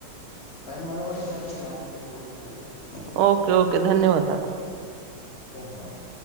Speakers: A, on the left; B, on the right.
A: काही मला वाटतें आपली दहा मिनटं पूर्ण झालीत.
B: ओके ओके धन्यवाद दादा.
A: धन्यवाद.